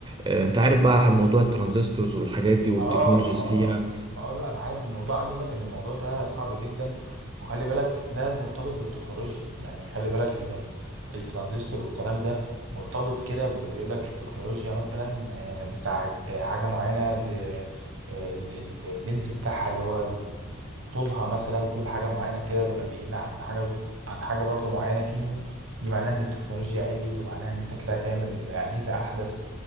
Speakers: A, on the right; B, on the right.
A: آه، أنت عارف بقى موضوع الترانزستورز والحاجات دي والتكنولوجيز
B: اه اه
A: فيها
B: اه لا انا عارف الموضوع عايز اقول لك ان الموضوع ده صعب جدا وخلي بالك ده مرتبط بالتكنولوجيا يعني خلي بالك ان ال- الترانزستور والكلام ده مرتبط كده ب- بيقول لك التكنولوجيا مثلا آه، بتاعت حاجة معينة ل- آه، ال- ال- اللينس بتاعها اللي هو طولها مثلا طول حاجة معينة كده لما بيقل عن حاجة عن حاجة برضو معينة فيهم دي معناها إن التكنولوجيا عليت ومعناها إن أنت كده هتعمل أجهزة أحدث